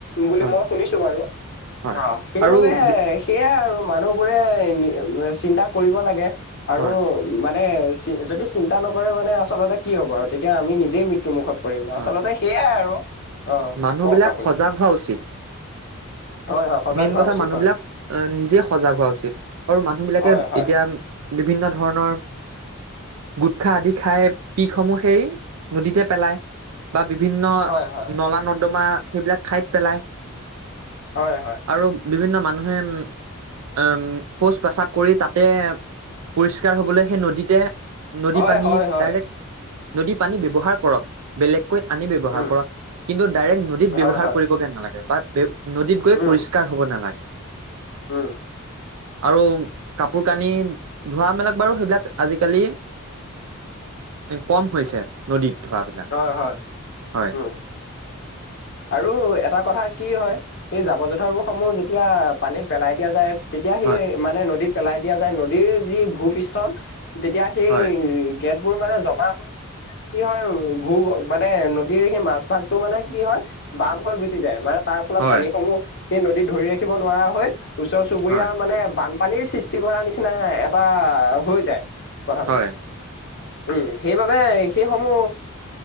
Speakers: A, on the left (about 55°); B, on the right (about 80°).
A: বুলি
B: হয়
A: মই শুনিছো বাৰু
B: হয়
A: অ সেইবাবে
B: আৰু বি-
A: সেয়াই আৰু মানুহবোৰে চিন্তা কৰিব লাগে আৰু
B: হয়
A: মানে যদি চিন্তা নকৰে মানে আচলতে কি হ'ব আৰু তেতিয়া আমি নিজেই মৃত্যু মুুখত আচলতে
B: হয়
A: সেইয়াই আৰু অ
B: মানুহ
A: কওক
B: বিলাক
A: আপুনি
B: সজাগ হোৱা উচিত
A: হয় হয় সজাগ
B: মেইন
A: হোৱা
B: কথা
A: উচিত
B: মানুহ
A: হয়
B: বিলাক নিজে সজাগ হোৱা উচিত আৰু মানুহ বিলাকে
A: হয় হয়
B: এতিয়া বিভিন্ন ধৰণৰ গুটখা আদি খাই পিকসমূহ সেই নদীতে পেলায় বা বিভিন্ন
A: হয় হয়
B: নলা নৰ্দমা সেইবিলাক ঠাইত পেলায়
A: হয়-হয়
B: আৰু বিভিন্ন মানুহে উম শৌচ প্ৰসাৱ কৰি তাতে পৰিষ্কাৰ হবলে সেই নদীতে নদী
A: হয়
B: পানী
A: হয় হয়
B: ডাইৰেক্ট নদী পানী ব্যৱহাৰ কৰক বেলেগকৈ আনি ব্যৱহাৰ
A: উম
B: কৰক কিন্তু ডাইৰেক্ট নদীত ব্যৱহাৰ
A: হয় হয়
B: কৰিবগে নালাগে বা নদীত গৈ
A: উম
B: পৰিষ্কাৰ হ'ব নালাগে।
A: উম
B: আৰু কাপোৰ কানি ধোৱা মেলাক বাৰু সেইবিলাক আজিকালি
A: <inaudible>
B: কম হৈছে নদীত ধোঁৱা বিলাক
A: হয় হয়
B: হয়
A: উম আৰু এটা কথা কি হয় এই জাবৰ জোঁথৰবোৰ সমূহ যেতিয়া পানীত পেলাই দিয়া যায় তেতিয়া সেই
B: হয়
A: মানে নদীত পেলাই দিয়া যায় নদীৰ যি ভূপৃষ্ঠল তেতিয়া সেই
B: হয়
A: গেটবোৰ মানে জমা হয় হয় কি হয় ভূ মানে নদীৰ সেই মাছ ভাগটো মানে কি হয় বাম হৈ গুচি যায় মানে তাৰ ফলত
B: হয়
A: পানীসমূহ, সেই নদীত ধৰি ৰাখিব নোৱাৰা হয় ওচৰ-চুবুৰীয়া
B: হয়
A: মানে বানপানীৰ সৃষ্টি কৰা নিচিনাই এটা হৈ যায়। কথাটো
B: হয়,
A: উম, সেইবাবে সেইসমূহ